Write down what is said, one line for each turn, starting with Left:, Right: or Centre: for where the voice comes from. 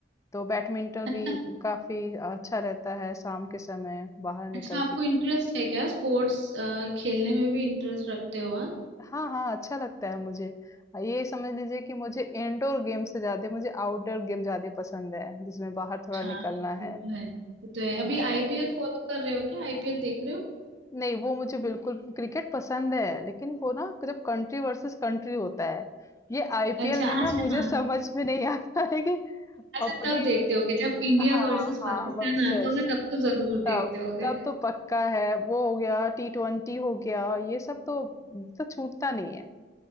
Left: तो बैडमिंटन
Right: अच्छा
Left: भी काफी अच्छा रहता है शाम के समय बाहर निकल
Right: अच्छा आपको
Left: के खेल
Right: इंटरेस्ट है क्या स्पोर्ट्स खेलने में भी इंटरेस्ट रखते हो आप
Left: हाँ हाँ अच्छा लगता है मुझे ये समझ लीजिए कि मुझे इंडोर गेम से ज्यादा मुझे आउटडोर गेम ज्यादा पसंद है जिसमें बाहर थोड़ा
Right: हाँ
Left: निकलना
Right: ये
Left: है
Right: तो है ये तो है अभी
Left: हाँ
Right: आईपीएल फॉलो कर रहे हो क्या आईपीएल देख रहे हो
Left: नहीं वो मुझे बिल्कुल क्रिकेट पसंद है लेकिन वो ना जब कंट्री वर्सेस कंट्री होता है ये आईपीएल
Right: अच्छा
Left: में ना
Right: अच्छा
Left: मुझे
Right: हाँ
Left: समझ में नहीं आता है कि
Right: अच्छा
Left: अपनी
Right: तब देखते होगे जब इंडिया
Left: हाँ
Right: वर्सेस
Left: हाँ
Right: पाकिस्तान
Left: वर्सेस
Right: आता होगा तब तो जरूर
Left: तब
Right: देखते होगे
Left: तब तो पक्का है वो हो गया टी ट्वेंटी हो गया ये सब तो तो छूटता नहीं है